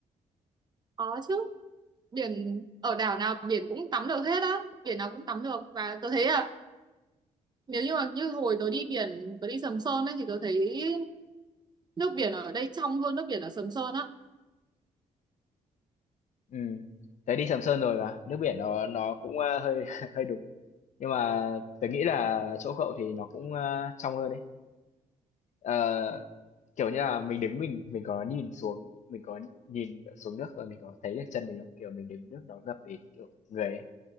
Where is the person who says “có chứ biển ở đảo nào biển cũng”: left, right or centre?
Right